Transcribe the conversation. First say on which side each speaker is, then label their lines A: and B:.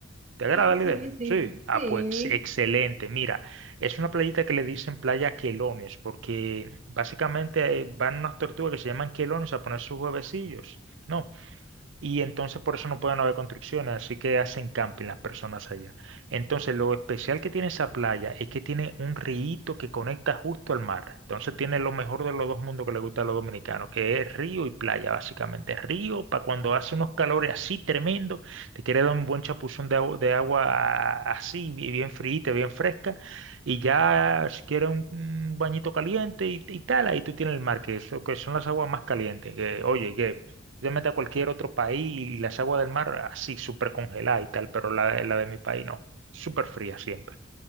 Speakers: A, on the right; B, on the right.
A: ¿Te agrada
B: Sí,
A: la
B: sí,
A: idea?
B: sí,
A: Sí. Ah,
B: sí.
A: pues ex- excelente. Mira, es una playita que le dicen playa quelones, porque básicamente eh, van unas tortugas que se llaman quelones a poner sus huevecillos. ¿no? y entonces por eso no pueden haber construcciones, así que hacen camping las personas allá. Entonces lo especial que tiene esa playa es que tiene un río que conecta justo al mar. Entonces tiene lo mejor de los dos mundos que le gusta a los dominicanos, que es río y playa, básicamente. Río para cuando hace unos calores así tremendos, te quiere dar un buen chapuzón de agua, de agua así, bi- bien fríita, bien fresca. Y ya si quieres un, un bañito caliente y, y tal, ahí tú tienes el mar, que, eso, que son las aguas más calientes. Que, oye, que yo me meto a cualquier otro país y las aguas del mar así, súper congeladas y tal, pero la, la de mi país no, súper fría siempre.